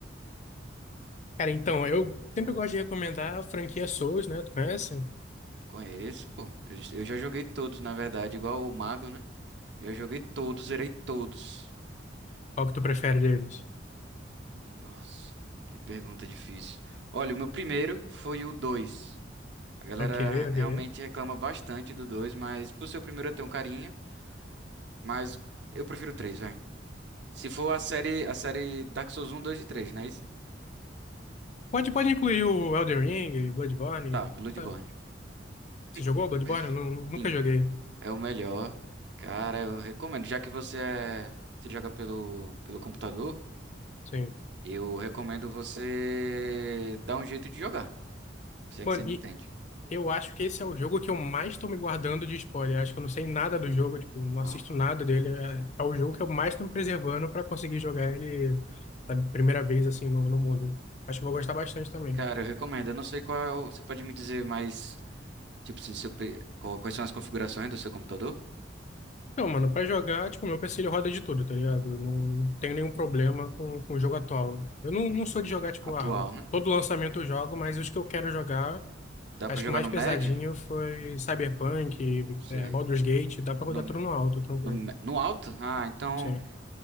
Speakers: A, on the left; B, on the right.
A: Cara, então, eu sempre gosto de recomendar a franquia Souls, né? Tu conhece?
B: Conheço, pô. Eu eu já joguei todos, na verdade, igual o Mago, né? Já joguei todos, zerei todos.
A: Qual que tu prefere deles?
B: Nossa, que pergunta difícil. Olha, o meu primeiro foi o 2. A galera
A: Ok, ok.
B: realmente reclama bastante do 2, mas por ser o primeiro eu tenho um carinho, mas eu prefiro o 3, vai. Se for a série, a série Dark Souls 1, 2 e 3, não é isso?
A: Pode, pode incluir o Elden Ring, Bloodborne,
B: Tá, Bloodborne.
A: sabe? Você
B: <laughs>
A: jogou Bloodborne? Eu nu- nunca
B: Sim,
A: joguei.
B: é o melhor. Cara, eu recomendo. Já que você é, você joga pelo, pelo computador,
A: Sim.
B: eu recomendo você dar um jeito de jogar, se é
A: Mano,
B: que você me
A: e
B: entende.
A: Eu acho que esse é o jogo que eu mais estou me guardando de spoiler. Acho que eu não sei nada do jogo, tipo, não
B: Ó,
A: assisto nada dele. É, é o jogo que eu mais estou me preservando para conseguir jogar ele, sabe, primeira vez assim no, no mundo. Acho que eu vou gostar bastante também.
B: cara, eu recomendo. Eu não sei qual é o- Você pode me dizer mais Tipo, se, se eu pe- qual- quais são as configurações do seu computador?
A: Então, mano, para jogar, tipo, meu PC ele roda de tudo, tá ligado? Eu Não, não tenho nenhum problema com, com o jogo atual. Eu
B: Entendi.
A: não, não sou de jogar, tipo,
B: Atual,
A: ah, o-
B: né?
A: todo lançamento eu jogo, mas os que eu quero jogar,
B: Dá
A: acho
B: pra jogar
A: que o mais
B: no
A: pesadinho
B: médio?
A: foi Cyberpunk,
B: Você...
A: é, Baldur's Gate, dá pra rodar
B: No,
A: tudo no alto, tranquilo.
B: no, me- no alto? Ah, então,
A: Sim.